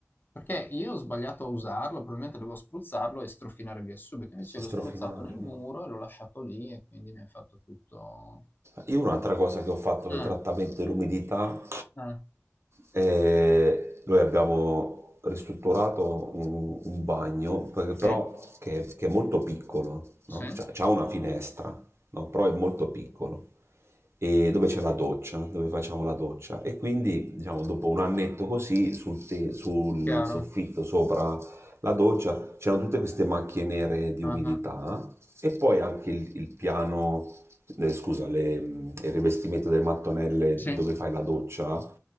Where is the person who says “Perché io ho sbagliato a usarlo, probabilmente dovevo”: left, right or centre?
Left